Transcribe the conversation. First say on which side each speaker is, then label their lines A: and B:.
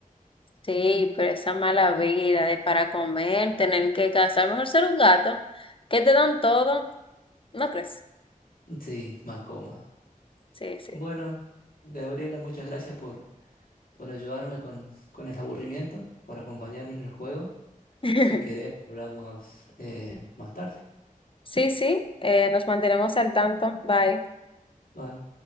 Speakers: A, on the left; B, on the left.
A: Sí, pero esa mala vida de para comer, tener que cazar, mejor ser un gato, que te dan todo, ¿no crees?
B: Sí, más cómodo.
A: Sí, sí.
B: Bueno, Gabriela, muchas gracias por, por ayudarme con, con el aburrimiento, por acompañarme en el juego.
A: <laughs>
B: Si querés, hablamos eh, más tarde.
A: Sí, sí, eh, nos mantenemos al tanto. Bye.
B: Bye.